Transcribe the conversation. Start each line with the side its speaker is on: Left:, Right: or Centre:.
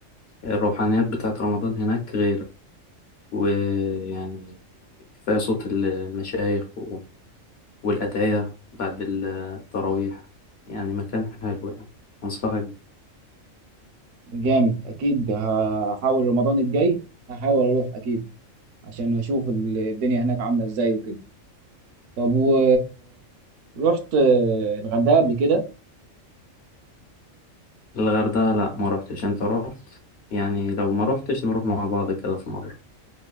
Left: الروحانيات بتاعت رمضان هناك غير ويعني كفاية صوت المشايخ و- والأدعية بعد التراويح يعني مكان حلو يعني أنصحك بيه
Right: جامد اكيد هحاول رمضان الجاي هحاول اروح اكيد عشان اشوف الدنيا هناك عامله ازاي وكده طب و رحت آه، الغردقه قبل كده
Left: الغردقة لا ما روحتش أنت روحت يعني لو ما روحتش نروح مع بعض كده في مرة